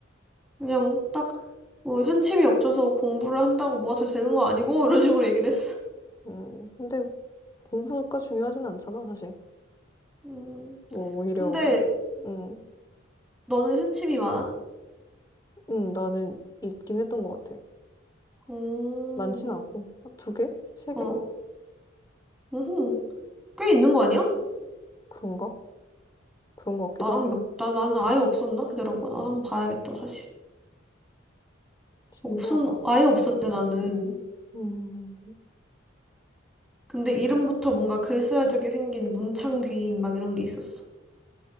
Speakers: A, in the centre; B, on the left.
A: 그냥 딱, 뭐, 현침이 없어서 공부를 한다고 뭐가 더 되는 거 아니고, <laughs> 이런 식으로 얘기를 했어.
B: 음, 근데 공부가 중요하진 않잖아, 사실.
A: 음,
B: 뭐, 오히려,
A: 근데
B: 음,
A: 너는 현침이 많아?
B: 음, 나는 있긴 했던 것 같아.
A: 음.
B: 많진 않고. 아, 두 개? 세 개?
A: 어. 음, 꽤 있는 거 아니야?
B: 그런가? 그런 것 같기도
A: 나는
B: 하고.
A: 몇, 나, 나는 아예 없었나? 기다려봐. 나 한번 봐야겠다, 다시.
B: 신기하다.
A: 없었, 아예 없었는데, 나는.
B: 음,
A: 근데 이름부터 뭔가 글써야되게 생긴 문창 귀인, 막 이런 게 있었어.